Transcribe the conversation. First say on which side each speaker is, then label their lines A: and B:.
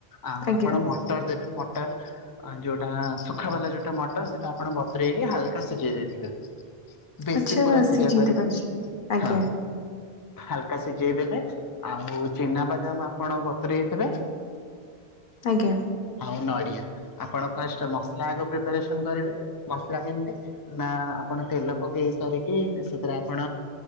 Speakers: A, on the left (about 35°); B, on the left (about 55°).
A: ଆଉ
B: ଆଜ୍ଞା
A: ଆପଣ ମଟର ଦେବେ ମଟର ଯୋଉ ଟା ଶୁଖା ବାଲା ଯୋଉଟା ମଟର, ସେଟା ଆପଣ ବତୁରେଇକି ହାଲକା ସିଝେଇ ଦେଇଥିବେ। ବେଶୀ
B: ଆଚ୍ଛା
A: ପୁରା ସିଝା
B: ସିଝେଇ
A: କରିବେନି,
B: ଦବା ଆଜ୍ଞା
A: ହଁ। ହାଲକା ସିଝେଇ ଦେବ ବେ, ଆଉ ଚିନା ବାଦାମ ଆପଣ ବତୁରେଇଥିବେ
B: ଆଜ୍ଞା
A: ଆଉ ନଡିଆ। ଆପଣ ଫାଷ୍ଟ ମସଲା ଆଗ ପ୍ରିପାରେସନ କରିବେ। ମସଲା କେମତି? ନା, ଆପଣ ତେଲ ପକେଇ ସାରିକି ଇ ସେଥିରେ ଆପଣ